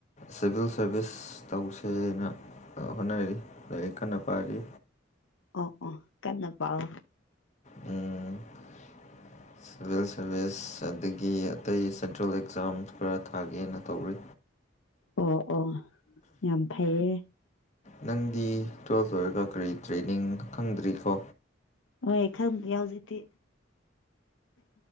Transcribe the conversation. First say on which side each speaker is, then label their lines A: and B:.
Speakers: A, on the left (about 35°); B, on the left (about 75°).
A: ꯁꯤꯚꯤꯜ ꯁꯔꯚꯤꯁ ꯇꯧꯁꯦ ꯍꯥꯏꯅ ꯍꯣꯠꯅꯔꯤ ꯂꯥꯏꯔꯤꯛ ꯀꯟꯅ ꯄꯥꯔꯤ
B: ꯑꯣ ꯑꯣ ꯀꯟꯅ ꯄꯥꯎ
A: ꯎꯝ <unintelligible> <inaudible> ꯁꯚꯜ ꯁꯥꯔꯚꯤꯁ ꯑꯗꯒꯤ ꯑꯇ <inaudible> ꯇꯇꯨꯋꯦꯜ ꯑꯦꯛꯖꯥꯝꯁ ꯈꯔ ꯊꯥꯒꯦꯅ ꯇꯧꯔꯤ
B: ꯑꯣ ꯑꯣ ꯌꯥꯝ ꯐꯩꯌꯦ
A: ꯅꯪꯗꯤ ꯇꯨꯋꯦꯜꯐ ꯂꯣꯏꯔꯒ ꯀꯔꯤ ꯇ꯭ꯔꯦꯅꯤꯡ ꯈꯪꯗ꯭ꯔꯤ ꯀꯣ
B: ꯍꯣꯏ ꯈꯪꯗꯦ ꯍꯧꯖꯤꯛꯇꯤ